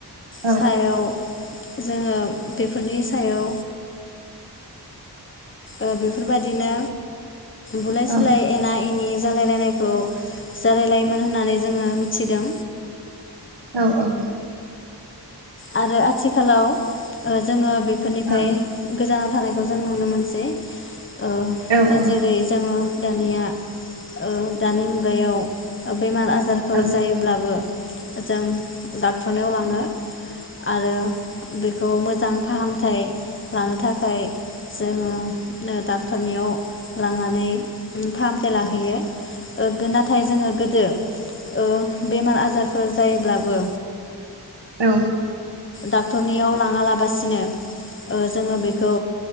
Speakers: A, on the right (about 85°); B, on the left (about 30°).
A: औ
B: सायाव जोङो बेफोरनि सायाव ओ बेफोरबादिनो बुलाय
A: औ
B: सुलाय, एना एनि जालाय लायनायखौ जालायलायोमोन होननानै जोङो मिथिदों।
A: औ औ।
B: आरो आथिखालाव ओ जोङो बेफोरनिफ्राय
A: औ
B: गोजानाव थानायखौ जों नुनो मोनसै। ओ
A: औ औ
B: जेरै जोङो दानिया ओ दानि मुगायाव बेमार आजारफोर
A: औ
B: जायोब्लाबो जों डाक्टरनायाव लाङो। आरो बेखौ मोजां फाहामथाय लानो थाखाय जोङो ओ डाक्टरनियाव लांनानै फाहामथाय लाहै हैयो ओ नाथाय जोङो गोदो ओ बेमार आजारफोर जायोब्ला बो
A: औ।
B: डाक्टरनियाव लाङालाबासिनो ओ जोङो बेखौ